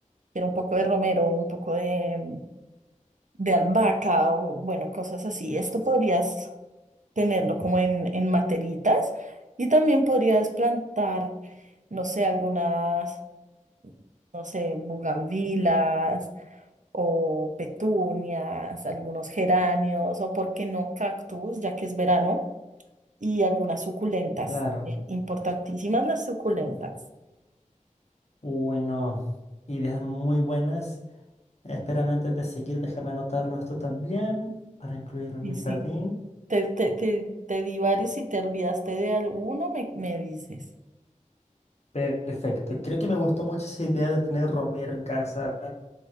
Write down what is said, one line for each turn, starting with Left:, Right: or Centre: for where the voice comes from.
Right: quiero un poco de romero, un poco de, de albahaca o bueno, cosas así. Esto podrías tenerlo como en, en materitas y también podrías plantar, no sé, algunas, no sé, bugambilas o petunias, algunos geranios o, por qué no, cactus, ya que es verano, y algunas suculentas.
Left: Claro,
Right: Bien, importantísimas las suculentas.
Left: bueno, ideas muy buenas. Espérame antes de seguir, déjame anotarlo esto también para incluirlo en
Right: Sí,
Left: mi
Right: sí.
Left: jardín.
Right: Te, te, te, te di varios y te olvidaste de alguno, me, me dices.
Left: Perfecto, creo que me gustó mucho esa idea de tener romero en casa,